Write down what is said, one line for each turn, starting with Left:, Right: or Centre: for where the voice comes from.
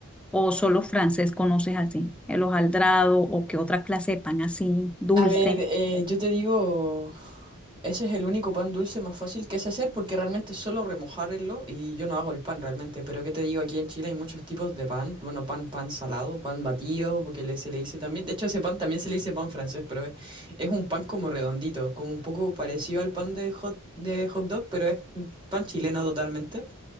Centre: o solo francés conoces así, el hojaldrado o qué otra clase de pan así, dulce.
Right: A ver, eh, yo te digo, ese es el único pan dulce más fácil que sé hacer porque realmente es solo remojarlo y yo no hago el pan realmente. Pero ¿qué te digo? Aquí en Chile hay muchos tipos de pan. Bueno, pan, pan salado, pan batido, porque le- se le dice también. De hecho, ese pan también se le dice pan francés, pero es, es un pan como redondito, como un poco parecido al pan de hot, de hot dog, pero es un pan chileno totalmente.